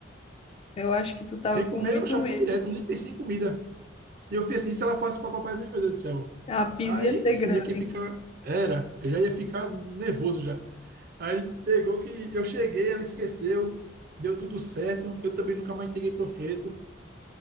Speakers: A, on the left; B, on the right.
A: Eu acho que tu tava
B: Sem
A: com
B: comer,
A: muito
B: eu já
A: medo.
B: fui direto, nem pensei em comida. E eu fiz assim, e se ela fosse pra papai mesmo, meu Deus do céu.
A: A pizza
B: Aí
A: ia ser
B: sim,
A: grande.
B: aqui fica. Era, eu já ia ficar nervoso já. Aí pegou que eu cheguei, ela esqueceu, deu tudo certo. Eu também nunca mais entreguei panfleto.